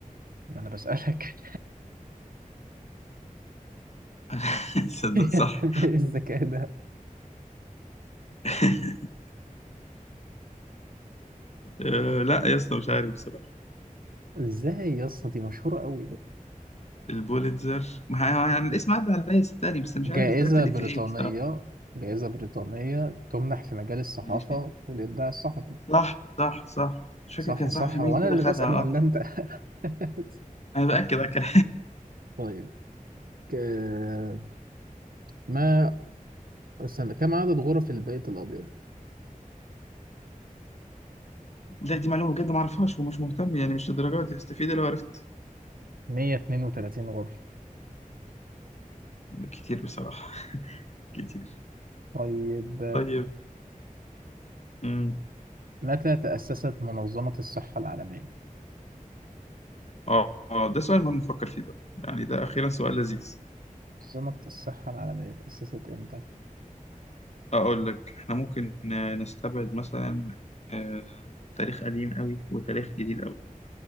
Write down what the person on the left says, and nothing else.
<laughs> صدق
صح
<laughs> آه لا يا اسطى مش عارف بصراحة
البوليتزر ما هي- يعني الاسم عدى عليا صدقني بس مش
عارف الحاجات اللي
في إيه بصراحة
ماشي
صح صح صح مش فاكر
كان صحفي
مين
كده
خدها
آه
أنا بأكد أكد
لا دي معلومة بجد ما اعرفهاش ومش مهتم يعني مش للدرجة دي هستفيد لو عرفت
كتير بصراحة <laughs> كتير
طيب امم
اه آه، ده سؤال ما بنفكر فيه بقى يعني ده أخيرا سؤال لذيذ
أقول لك احنا ممكن آه، نستبعد مثلا آه، تاريخ قديم قوي وتاريخ جديد قوي